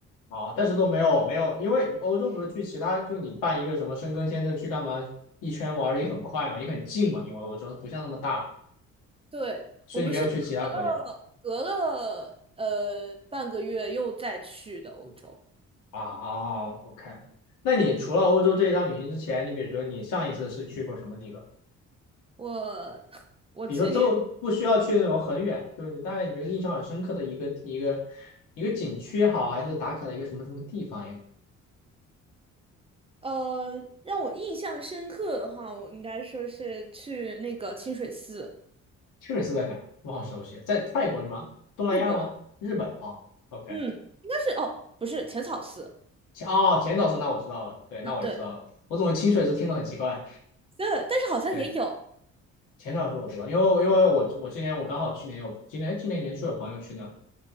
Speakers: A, on the left; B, on the right.
A: 啊，但是都没有没有，因为欧洲不是去其他，就你办一个什么申根签证去干嘛？一圈玩儿也很快嘛，也很近嘛，因为欧洲不像那么大，
B: 对，
A: 所以你没有去其他国家
B: 我们是隔了隔了呃半个月又再去的欧洲。
A: 啊。哦，OK，那你除了欧洲这一趟旅行之前，你比如说你上一次是去过什么地方？
B: 我 <laughs> 我去年
A: 比如说周不需要去那种很远，就是你大概你觉得印象很深刻的一个一个一个景区也好，还是打卡的一个什么什么地方也好。
B: 呃让我印象深刻的话，我应该说是去那个清水寺，
A: 清水寺在哪儿我好熟悉啊，在泰国是吗？东南亚吗？
B: 日本。
A: 日本啊 o k
B: 嗯，应该是哦，不是浅草寺。
A: 浅哦，浅草寺那我知道了，对，那我就知道了。
B: 嗯，对，
A: 我怎么清水寺听着很奇怪？
B: 对，但是好像也有。
A: 对，浅草寺我知道，因为我因为我我之前我刚好去年有今年今年年初有朋友去那儿